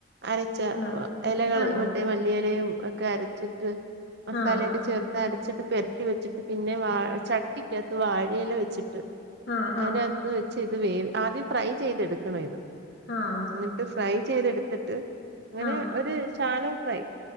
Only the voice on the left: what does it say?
ആഹ്
ആണോ
ആഹ്
ആഹ്
ആഹ്
ആഹ്